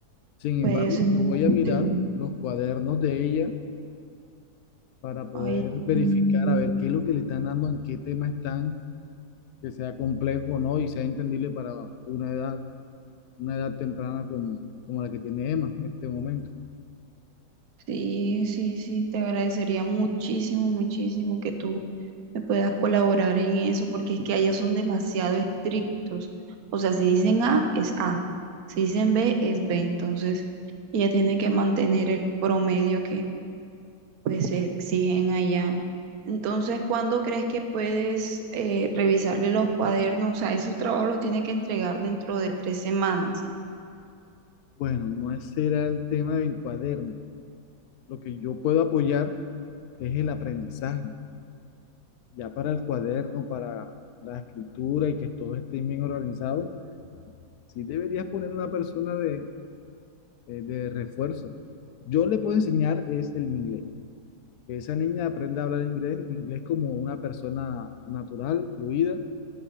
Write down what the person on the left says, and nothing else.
Sin
embargo,
yo voy a mirar los cuadernos de ella para poder
verificar
a ver qué es lo que le están dando, en qué tema están, que sea complejo o no y sea entendible para una edad, una edad temprana como, como la que tiene Emma en este momento.
Bueno, no ese era el tema del cuaderno. Lo que yo puedo apoyar es el aprendizaje. Ya para el cuaderno, para la escritura y que todo esté bien organizado, sí deberías poner una persona de, eh, de refuerzo. Yo le puedo enseñar es el inglés. Que esa niña aprenda a hablar inglés, inglés como una persona natural, fluida,